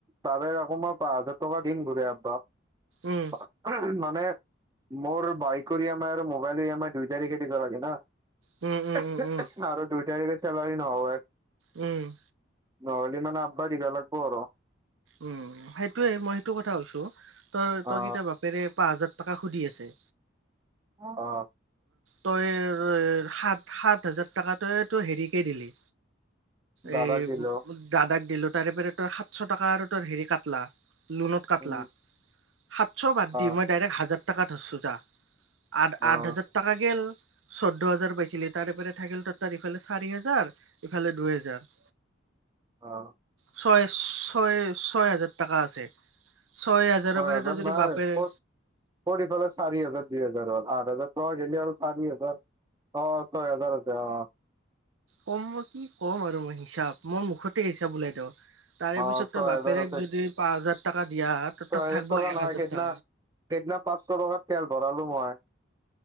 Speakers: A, on the right; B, on the right.
A: তাৰে আকৌ মই পাঁচ হাজাৰ টকা দিম ঘূৰে আব্বাক।
B: উম
A: উহুম, মানে মোৰ বাইকৰ ই এম আই আৰু মোবাইলৰ ই এম আই দুই তাৰিখে দিবা লাগে না।
B: উম, উম।
A: <unintelligible>
B: উম উম
A: আৰু দুই তাৰিখে চেলাৰি নহয়।
B: উম।
A: নহ'লি মানে আব্বাই দিবা লাগব' আৰু।
B: উম সেইটোৱে। মই সেইটো কথা কৈছো। তই
A: অ
B: তক এতিয়া বাপেৰে পাঁচ হাজাৰ টকা সুদি আছে।
A: অ।
B: তই সাত সাত হাজাৰ টকা তই তোৰ হেৰিকে দিলি। এই
A: দাদাক দিলো
B: দাদাক দিলো। তাৰে পেৰে তোৰ সাত ছ টকা আৰু তোৰ হেৰি কাটলা লোনত কাটলা।
A: উম
B: সাতছ বাদ দি
A: অ
B: মই ডাইৰেক হাজাৰ টাকা ধৰছু যা, আঠ
A: অ
B: আঠ হাজাৰ টাকা গেল। চৈধ্য হাজাৰ পাইছিলি। তাৰেপেৰে থাকিল তৰ তাত ইফালে চাৰি হেজাৰ, ইফালে দুহেজাৰ।
A: অ।
B: ছয়-ছয়-ছয় হাজাৰ টাকা আছে, ছয় হাজাৰৰ পৰা
A: হাজাৰ
B: তোৰ যদি
A: নাই
B: বাপেৰে
A: ক'ত ক'ত এইফালে চাৰি হাজাৰ দুই হাজাৰ হ'ল? আঠ হাজাৰ টকা গেলি আৰু চাৰি হাজাৰ অ, ছয় হাজাৰ আছে অ।
B: ক'ম মই কি কম আৰু মই হিচাপ। মই মুখতে হিচাপ ওলাই দিও। তাৰে
A: অ
B: পিছত
A: ছয়
B: তই বাপেৰেক
A: হাজাৰ আছে
B: যদি পাঁচ হাজাৰ টাকা দিয়া তোৰ
A: ছয়
B: তাত থাকিব
A: হেজাৰ টকা
B: এক
A: নাই।
B: হাজাৰ
A: সেইদনা
B: টকা।
A: সেইদনা পাঁচছ টকাৰ তেল ভৰালো মই।